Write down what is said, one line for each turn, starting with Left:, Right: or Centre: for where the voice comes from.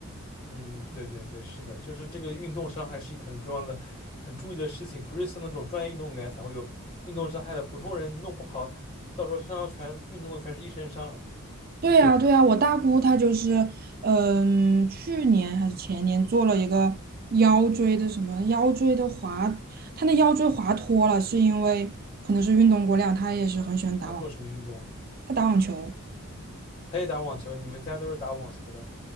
Left: 嗯，对对对，是的，就是这个运动伤害是一个很重要的、很注意的事情，不是像那种专业运动员才会有运动伤害的，普通人你弄不好，到时候身上全运动的全是一身伤。
Right: 对呀，
Left: 嗯，
Right: 对呀，我大姑她就是，嗯，去年还是前年做了一个腰椎的什么腰椎的滑，她那腰椎滑脱了，是因为可能是运动过量，她也是很喜欢打网，
Left: 他做什么运动啊？
Right: 她打网球，
Left: 他也打网球，你们家都是打网球的。